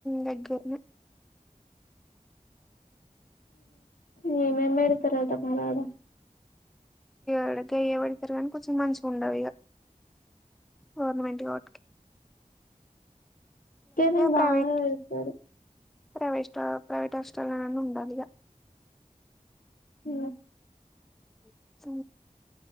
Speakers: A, in the centre; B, on the left.
A: దగ్గన్న
B: న మేమ్ మెడతారద మారడ
A: ఇడగా అయ్య పడతారు కానీ కొంచెం మంచిగా ఉండవు ఇక గవర్నమెంట్ వాటికి
B: ఎ బాగాతారు
A: ప్రైవేట్ ప్రైవేట్ ప్రైవేట్ హాస్పిటల్ ఉండాలిగా
B: అ
A: ఉ స